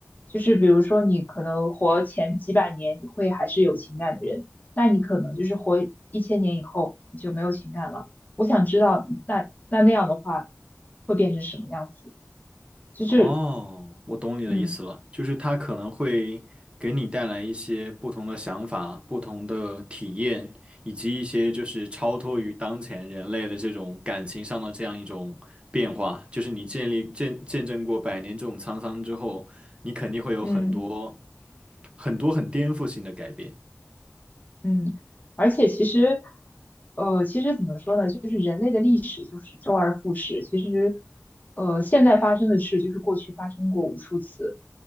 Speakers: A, on the left; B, on the right.
A: 就是比如说你可能活前几百年，你会还是有情感的人，那你可能就是活一千年以后，你就没有情感了。我想知道，那那那样的话，会变成什么样子？就是，
B: 哦，我懂你的意思了，
A: 嗯
B: 就是它可能会给你带来一些不同的想法、不同的体验，以及一些就是超脱于当前人类的这种感情上的这样一种变化。就是你建立见见证过百年这种沧桑之后，你肯定会有很多
A: 嗯。
B: 很多很颠覆性的改变。
A: 嗯，而且其实，呃，其实怎么说呢，就是人类的历史就是周而复始。其实，呃，现在发生的事就是过去发生过无数次。